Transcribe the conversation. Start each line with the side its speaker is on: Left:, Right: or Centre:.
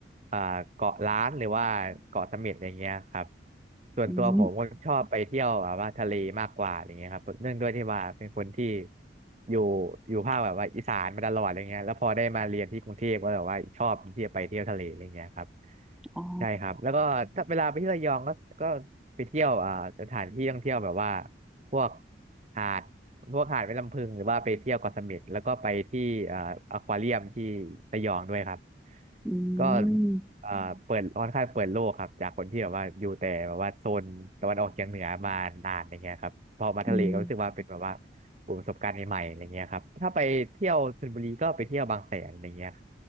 Right: เอ่อเกาะล้านหรือว่าเกาะเสม็ดอย่างเงี้ยครับส่วนตัวผมก็ชอบไปเที่ยวแบบว่าทะเลมากกว่าอย่างเงี้ยครับเนื่องด้วยที่ว่าเป็นคนที่
Centre: อืม
Right: อยู่อยู่ภาคแบบว่าอีสานมาตลอดอะไรเงี้ยแล้วพอได้มาเรียนที่กรุงเทพก็แบบว่าชอบที่จะไปเที่ยวทะเลอะไรเงี้ยครับ
Centre: อ๋อ
Right: ใช่ครับแล้วก็ถ้าเวลาไปที่ระยองก็ก็ไปเที่ยวอ่าสถานที่ท่องเที่ยวแบบว่าพวกหาดพวกหาดแม่ลำพึงหรือว่าไปเที่ยวเกาะเสม็ดแล้วก็ไปที่อ่าอควาเรียมที่ระยองด้วยครับ
Centre: อื
Right: ก็
Centre: ม
Right: อ่าเปิดค่อนข้างเปิดโลกครับจากคนที่แบบว่าอยู่แต่แบบว่าโซนตะวันออกเฉียงเหนือมานานอย่างเงี้ยครับพอมาทะเลก็รู้สึกว่าเป็นแบบว่า
Centre: อืม
Right: ประสบการณ์ใหม่ๆอะไรเงี้ยครับถ้าไปเที่ยวชลบุรีก็ไปเที่ยวบางแสนอะไรเงี้ย